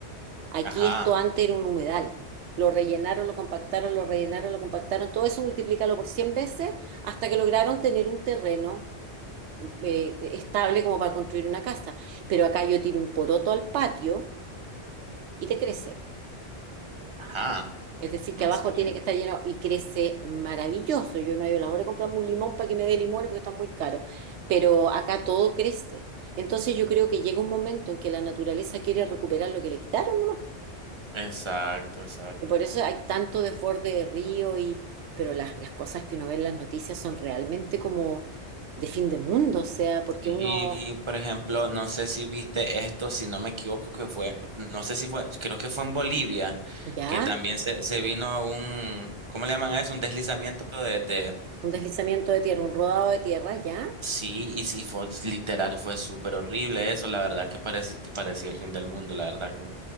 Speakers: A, on the right; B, on the right.
A: Aquí
B: Ajá,
A: esto antes era un humedal. Lo rellenaron, lo compactaron, lo rellenaron, lo compactaron. Todo eso multiplícalo por cien veces hasta que lograron tener un terreno eh, estable como para construir una casa. Pero acá yo tiro un poroto al patio y te crece.
B: ajá,
A: Es decir,
B: no
A: que abajo
B: sé.
A: tiene que estar lleno y crece maravilloso. Yo no he ido a la hora de comprarme un limón para que me dé limones porque está muy caro. Pero acá todo crece. Entonces yo creo que llega un momento en que la naturaleza quiere recuperar lo que le quitaron.
B: Exacto, exacto.
A: Y por eso hay tanto desborde de río y, pero las, las cosas que uno ve en las noticias son realmente como de fin de mundo, o sea, porque
B: Sí,
A: uno
B: por ejemplo, no sé si viste esto, si no me equivoco, que fue, no sé si fue, creo que fue en Bolivia,
A: ya,
B: que también se, se vino un, ¿cómo le llaman a eso? Un deslizamiento de, de-
A: un deslizamiento de tierra, un rodado de tierra, ya.
B: sí, y sí, fue, literal, fue súper horrible eso, la verdad que parecía, que parecía el fin del mundo, la verdad que-